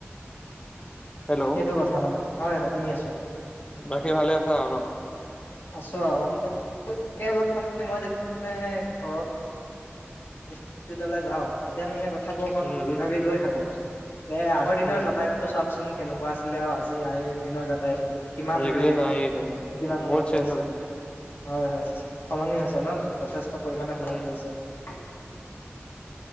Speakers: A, on the left; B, on the left.
A: হেল্ল'
B: সেইটো কথা মানে, হয় হয় শুনি আছো।
A: বাকী ভালে আছা ন।
B: আছো আৰু অলপ মানে মইয়া ঘৰ ইষ্টিটিউটলে যাওঁ তেতিয়া মানে থাকো অকণ
A: উম,
B: ভাবি
A: উম,
B: ভাবি গৈ থাকো, এ আগৰ দিনৰ
A: উম,
B: যাতায়াতটো চাকচোন কেনেকুৱা আছে আছিলে আৰু আজি আ দিনৰ যাতায়তটো কিমান
A: আজিকালি
B: মানে
A: নাইয়ে তোমাৰ
B: কিমান উন্নত
A: বহুত চেঞ্জ
B: হৈছে।
A: হ'ল।
B: হয় হয় সলনি হৈছে ন, যথেষ্ট পৰিমানে সলনি
A: উম,
B: হৈছে। <unintelligible>